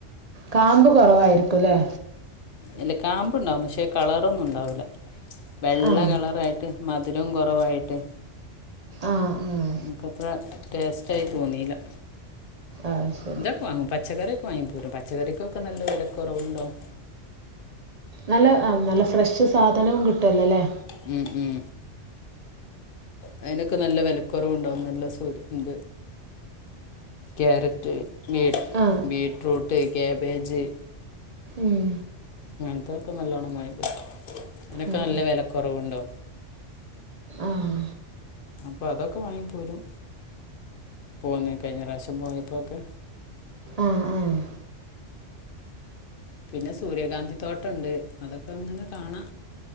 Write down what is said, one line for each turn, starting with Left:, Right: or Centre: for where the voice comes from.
Right: കാംമ്പൊകെ കൊറവാരിക്കൂല്ലെ
Left: ഇല്ല കാമ്പുണ്ടാവും പക്ഷേ കളറൊന്നുണ്ടാവൂല്ല വെള്ളകളറായിട്ട്
Right: ആഹ്
Left: മധുരം കൊറവായിട്ടെ
Right: ആഹ് ആഹ്
Left: എനക്കത്ര ടേസ്റ്റായ് തോന്നീല്ല
Right: അത് ശരി
Left: ന്തക്കെ വാങ്ങു പച്ചക്കറി വാങ്ങിക്കൂ പച്ചക്കറിക്കൊക്കെ നല്ല വെലക്കൊറവുണ്ടാവും
Right: നല്ല നല്ല ഫ്രഷ് സാധനം കിട്ടും ട്ടുല്ലല്ലേ
Left: ഉം ഉം അയിനൊക്കെ നല്ല വെല കൊറാവിണ്ടാക്കും ക്യാരറ്റ് ബീറ്റ്
Right: ആഹ്
Left: ബീറ്റ്റൂട്ട് ക്യാബേജ്
Right: ഉം
Left: അങ്ങൻത്തൊക്കെ നല്ലോണം വാങ്ങി പ്പോ അയ്നൊക്കെ
Right: ഉം
Left: നല്ല വിലകുറവ്ണ്ട്
Right: ആഹ്
Left: അപ്പൊ അതൊക്കെ വാങ്ങി പോരും. പൊന്നേ കഴിഞ്ഞ പ്രാവിശ്യം പോയപ്പോക്കെ
Right: ആഹ് ആഹ്
Left: പിന്നെ സൂര്യഗാന്ധി തോട്ടണ്ട് അതൊക്കെ ങ്ങനെ കാണാ